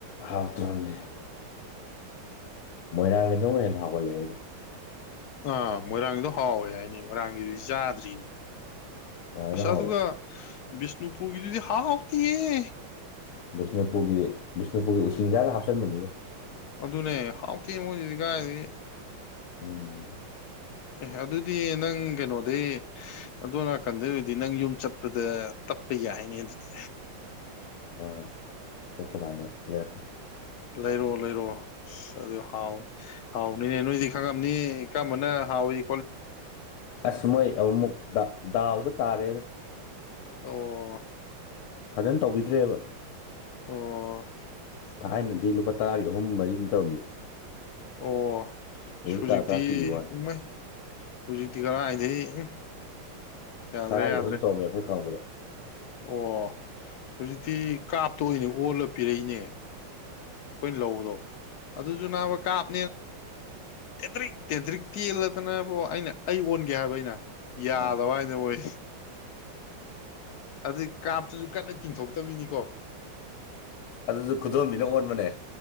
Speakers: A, on the left; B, on the left.
A: ꯍꯥꯎꯇ꯭ꯔꯝꯅꯦ ꯃꯣꯏꯔꯥꯡꯒꯤꯗ‌ꯣ ꯍꯦꯟꯅ ꯍꯥꯎꯒꯠꯂꯛꯦꯕ
B: ꯑꯥ ꯃꯣꯏꯔꯥꯡꯒꯤꯗꯣ ꯍꯥꯎꯋꯦ ꯍꯥꯏꯅꯦ ꯃꯣꯏꯔꯥꯡꯒꯤꯗꯨꯗꯤ ꯆꯥꯗ꯭ꯔꯤꯅꯤ
A: ꯃꯣꯏꯔꯥꯡꯒꯤꯗꯣ
B: ꯑꯁ
A: ꯍꯥꯎꯋꯦ
B: ꯑꯗꯨꯒ ꯕꯤꯁꯅꯨꯄꯨꯔꯒꯤꯗꯨꯗꯤ ꯍꯥꯥꯎꯥꯇ‌ꯦꯌꯦ
A: ꯕꯤꯁꯅꯨꯄꯨꯔꯒꯤ ꯕꯤꯁꯅꯨꯄꯨꯔꯒꯤ ꯎꯁꯤꯡꯖꯥꯒ ꯍꯥꯞꯆꯟꯕꯅꯤꯕꯣ
B: ꯑꯗꯨꯅꯦ ꯍꯥꯎꯊꯦꯡ ꯃꯣꯏꯁꯤꯗꯤ ꯀꯥꯏ
A: ꯎꯝ
B: ꯑꯦ ꯑꯗꯨꯗꯤ ꯅꯪ ꯀꯩꯅꯣꯗꯩ ꯑꯗꯣ ꯅꯥꯀꯟꯗꯩ ꯑꯣꯏꯗꯤ ꯅꯪ ꯌꯨꯝ ꯆꯠꯄꯗ ꯇꯞꯄ ꯌꯥꯏꯅꯦ ꯑꯗꯨꯗꯤ
A: ꯑ ꯆꯠꯄ ꯀꯥꯟꯗ ꯂꯩꯔꯛꯀꯦ
B: ꯂꯩꯔꯛꯑꯣ ꯂꯩꯔꯣꯑꯣ ꯑ ꯑꯗꯨ ꯍꯥꯎ ꯍꯥꯎꯅꯤꯅꯦ ꯅꯣꯏꯗꯤ ꯈꯪꯉꯝꯅꯤ ꯏꯀꯝꯕꯅ ꯍꯥꯎꯏꯤ
A: ꯑꯁꯃꯣꯏ ꯑꯃꯃꯨꯛ ꯗꯥꯎꯗ ꯇꯥꯔꯦꯜ
B: ꯑꯣ
A: ꯐꯖꯅ ꯇꯧꯕꯤꯗ꯭ꯔꯦꯕ
B: ꯑꯣ
A: ꯊꯥꯏꯅꯗꯤ ꯂꯨꯄꯥ ꯇꯔꯥꯒꯤ ꯑꯍꯨꯝ ꯃꯔꯤꯅꯤ ꯇꯧꯔꯝꯃꯤꯁꯦ
B: ꯑꯣ
A: ꯍꯧꯖꯤꯛ
B: ꯍꯧꯖꯤꯛꯇꯤ
A: ꯇꯔꯥ ꯇꯔꯥ ꯄꯤꯒꯤ ꯋꯥꯅꯤ
B: ꯎ ꯃꯩ ꯍꯧꯖꯤꯛꯇꯤ ꯀꯔ ꯑꯗꯒꯤꯩ ꯎꯝ ꯌꯥꯗ꯭ꯔꯦ
A: ꯇꯔꯥꯒꯤ
B: ꯌꯥꯗ꯭ꯔꯦ
A: ꯑꯍꯨꯝ ꯇꯧꯔꯝꯃꯦ ꯑꯩꯈꯣꯏ ꯈꯪꯕꯗ
B: ꯑꯣ ꯍꯧꯖꯤꯛꯇꯤ ꯀꯥꯞꯇ ꯑꯣꯏꯅ ꯑꯣꯜꯂ ꯄꯤꯔꯛꯏꯅꯦ ꯑꯩꯈꯣꯏꯅ ꯂꯧꯕꯗꯣ ꯑꯗꯨꯁꯨꯅꯥ ꯀꯥꯞ ꯑꯦꯠꯇ ꯇꯦꯟꯊ꯭ꯔꯤꯛ ꯇꯦꯜꯂꯗꯅꯕꯨ ꯑꯩꯅ ꯑꯩ ꯑꯣꯟꯒꯦ ꯍꯥꯏꯕ ꯑꯩꯅ ꯌꯥꯗꯕ
A: ꯑ
B: ꯍꯥꯏꯅ ꯑꯣꯏ ꯑꯗꯨꯩ ꯀꯥꯞꯇꯁꯨ ꯀꯟꯅ ꯇꯤꯡꯊꯣꯛꯇꯃꯤꯅꯤꯀꯣ
A: ꯑꯗꯨꯁꯨ ꯈꯨꯗꯣꯝꯕꯤꯅ ꯑꯣꯟꯕꯅꯦ